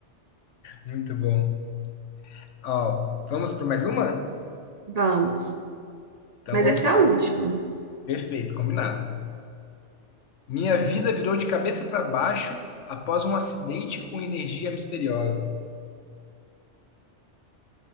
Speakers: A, on the left; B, on the right.
A: Muito bom. Ó, vamos para mais uma?
B: Vamos.
A: Então
B: Mas
A: vamos
B: essa
A: lá.
B: é a última.
A: Perfeito, combinado. Minha vida virou de cabeça para baixo após um acidente com energia misteriosa.